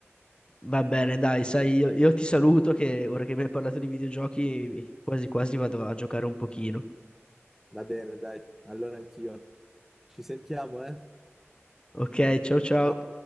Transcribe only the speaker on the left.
Va bene, dai, sai, io, io ti saluto che ora che mi hai parlato di videogiochi, quasi quasi vado a giocare un pochino.
Ok, ciao ciao.